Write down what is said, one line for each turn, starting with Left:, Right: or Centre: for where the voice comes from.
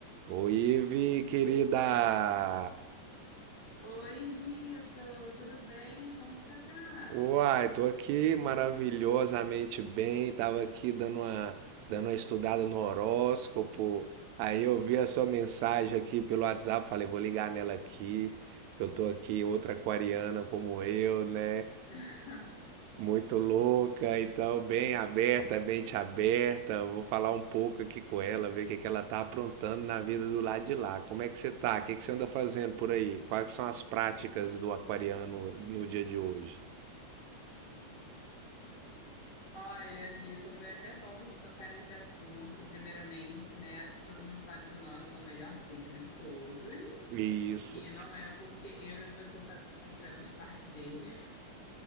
Right: Oi, Ive, querida!
Left: O- Oi, Vitor, tudo bem? Como que você tá?
Right: Uai, tô aqui maravilhosamente bem, tava aqui dando uma, dando uma estudada no horóscopo, aí eu vi a sua mensagem aqui pelo WhatsApp, falei, vou ligar nela aqui, que eu tô aqui, outra aquariana como eu, né?
Left: <laughs>
Right: Muito louca, então bem aberta, mente aberta. Eu vou falar um pouco aqui com ela, ver o que que ela tá aprontando na vida do lado de lá. Como é que você tá? O que que você anda fazendo por aí? Quais que são as práticas do aquariano no dia de hoje?
Left: Olha, Vitor, foi até bom você tocar nesse assunto. Primeiramente, né? Todo mundo sabe que o nosso é o melhor signo de todos,
Right: Isso.
Left: e não é porque eu e você fazemos parte dele.